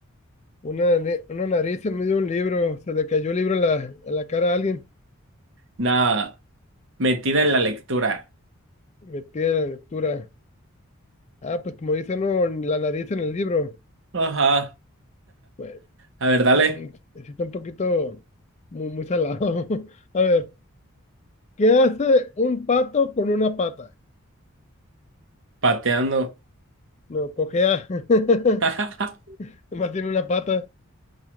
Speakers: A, on the left (about 30°); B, on the right (about 60°).
A: una, nare- una nariz en medio de un libro, se le cayó el libro en la, en la cara a alguien.
B: Nada, metida en la lectura.
A: metida la lectura. Ah, pues como dice, no, la nariz en el libro.
B: Ajá.
A: Bueno,
B: A ver, dale,
A: mm, sí está un poquito muy, muy salado. <laughs> A ver, ¿qué hace un pato con una pata?
B: pateando.
A: No, cojea. <laughs>
B: <laughs>
A: Nomás tiene una pata.